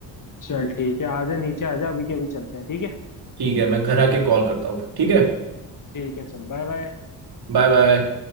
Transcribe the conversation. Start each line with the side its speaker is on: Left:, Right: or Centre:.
Left: चल ठीक है आजा नीचे आजा अभी के अभी चलते हैं ठीक है
Right: ठीक है मैं घर आके कॉल करता हूँ ठीक है
Left: ठीक है चल बाय बाय
Right: Bye bye